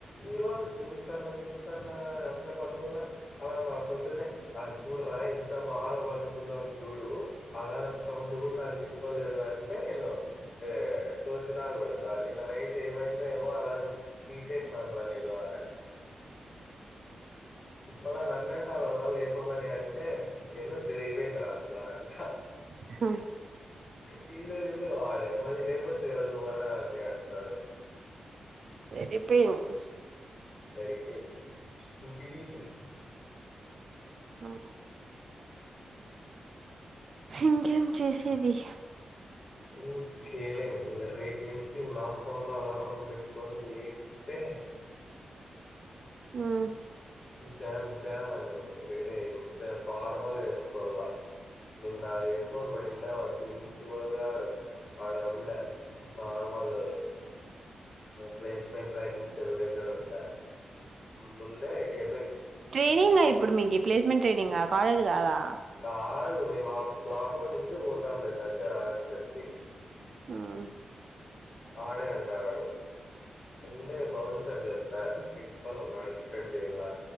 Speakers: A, on the left (about 30°); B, on the right (about 50°).
A: ఈ రోజు చూస్తాన్న చూస్తాన్న అట్లా పనుకున్న అలారం మా పొద్దున్నే. ఆహ్ చూడరా ఎంత బాగా పనుకున్నాం చూడు. అలారం సౌండ్ కూడా నాకు వినపడలేదు అంటే నేను ఆహ్ కోతి నాకోడుదు కానీ నిన్న నైట్ ఏమైందో ఏమో అలారం తీసేసిన రా నేను అనే. మళ్ళా నన్ను అంటావు కదరా లేపమని అంటే ఏందో జరిగిపోయింది రా అట్లా అంట
B: సాయిన.
A: తీసేసింది వాడే మళ్ళీ లేపోచ్చు కదా నువ్వు అన్నా అనీ అంటాడు
B: సరిపోయింది.
A: సరిపోయింది నువ్వు టీవీ చూడు.
B: ఉమ్ ఇంకేం చేసేది.
A: నువ్వు చేయలేము రేపు నుంచి నా ఫోన్ లో అలారం పెట్టుకొని లేసి. తె
B: ఉమ్.
A: ఉమ్ శామ్ శామ్ అని అన్నాడు రెడీ అయింది ఫార్మల్ వేసుకోవాల ప్చ్. నిన్న అది వేసుకోని మా వేంట వాడు ప్రిన్సిపల్గాడు. అడ అది ఉండే ఫార్మల్. ప్లేస్మెంట్ ట్రైనింగ్ సెల్ దగ్గర ఉండే ముందే గ
B: ట్రైనింగ్ గా ఇప్పుడు మీకు ప్లేస్మెంట్ ట్రైనింగ్ గా కాలేజ్ కాదా.
A: కాదు మేము ఆ బ్లాక్ లో నుంచి పోతాంలే దగ్గర అని చెప్పి.
B: ఉమ్.
A: ఆడే ఉండేవాడు. ఉందే బాన్ సార్ చెప్ప ప్రిన్సిపాల్ ఉన్నాడు ఇన్ షర్ట్ చేయలా.